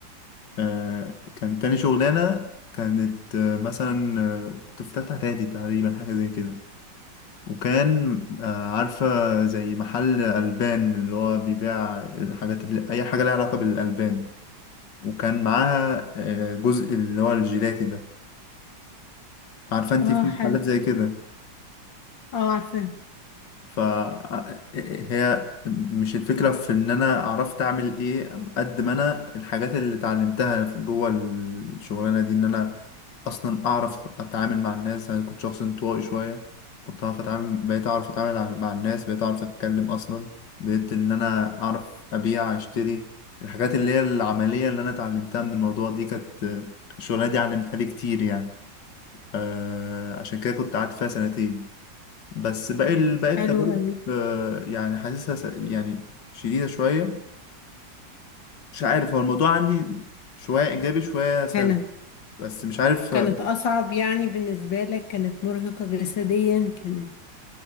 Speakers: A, on the left; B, on the left.
A: آه، كان تاني شغلانة كانت آه، مثلا آه، كنت في تالتة إعدادي تقريبا حاجة زي كده وكان آه، عارفة زي محل ألبان اللي هو بيبيع الحاجات اللي أي حاجة لها علاقة بالألبان وكان معاها آه، جزء اللي هو الجيلاتي ده عارفة أنت
B: اه
A: في محلات
B: حلو
A: زي كده
B: اه عارفة
A: فهي مش الفكرة في إن أنا عرفت أعمل إيه قد ما أنا الحاجات اللي اتعلمتها في- جوه الشغلانة دي إن أنا أصلا أعرف أتعامل مع الناس أنا كنت شخص انطوائي شوية كنت أعرف أتعامل بقيت أعرف أتعامل مع مع الناس بقيت أعرف أتكلم أصلا بقيت إن أنا أعرف أبيع أشتري الحاجات اللي هي العملية اللي أنا اتعلمتها من الموضوع دي كانت الشغلانة دي علمتها لي كتير يعني آه، عشان كده كنت قعدت فيها سنتين بس باقي ال- باقي
B: حلو
A: التجارب
B: قوي
A: آه، يعني حاسسها س- يعني شديدة شوية مش عارف هو الموضوع عندي شوية إيجابي شوية سلبي
B: كانت
A: بس مش عارف
B: كانت أصعب يعني بالنسبة لك كانت مرهقة جسديا كانت